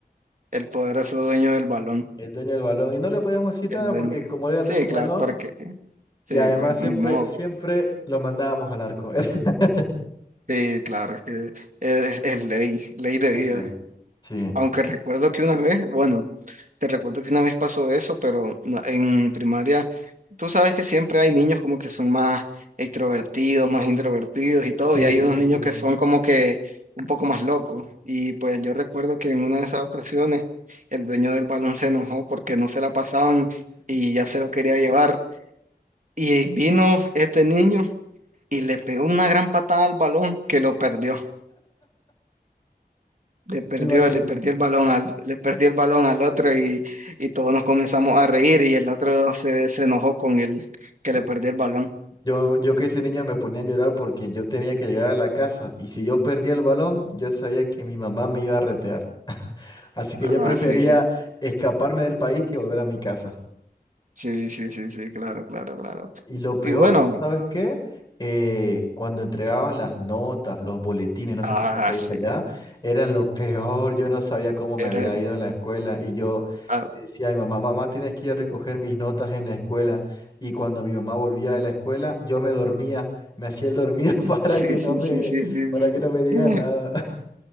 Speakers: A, on the right; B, on the left.
A: el poderoso dueño del balón,
B: el dueño del balón y no le podíamos decir nada
A: el dueño.
B: porque como era el
A: Sí,
B: dueño del
A: claro,
B: balón
A: porque, sí,
B: y además
A: pues,
B: siempre,
A: ni modo.
B: siempre lo mandábamos al arco. <laughs>
A: Sí, claro, es que es, es ley, ley de
B: En
A: vida.
B: la- Sí,
A: Aunque recuerdo que una vez, bueno, Te recuerdo que una vez pasó eso, pero na- en primaria, tú sabes que siempre hay niños como que son más extrovertidos, más introvertidos y todo,
B: sí,
A: y hay
B: sí,
A: unos
B: sí,
A: niños
B: sí,
A: que son como que un poco más locos. Y pues yo recuerdo que en una de esas ocasiones el dueño del balón se enojó porque no se la pasaban y ya se lo quería llevar. Y vino este niño y le pegó una gran patada al balón que lo perdió. le perdió,
B: me imagino.
A: le perdió el balón al, le perdió el balón al otro y, y todos nos comenzamos a reír y el otro se, se enojó con el que
B: Mm.
A: le perdió el balón.
B: Yo, yo que ese niño me ponía a llorar porque yo tenía que llegar a la casa y si yo perdía el balón, yo sabía que mi mamá me iba a retear. <laughs> Así que
A: Ah,
B: yo prefería
A: sí, sí.
B: escaparme del país que volver a mi casa.
A: Sí, sí, sí, sí, claro, claro, claro.
B: Y lo peor,
A: Y bueno,
B: ¿sabes qué? Eh, cuando entregaban las notas, los boletines, no
A: ah,
B: sé cómo se dice
A: sí,
B: allá, era lo peor. Yo no sabía cómo me
A: era,
B: había ido en la escuela y yo
A: ah,
B: le decía a mi mamá, mamá, tienes que ir a recoger mis notas en la escuela. Y cuando mi mamá volvía de la escuela, yo me dormía, me hacía el dormido <laughs> para
A: sí,
B: que no
A: sí, sí,
B: me,
A: sí, sí,
B: para
A: sí.
B: que no me diga
A: <laughs>
B: nada. <laughs>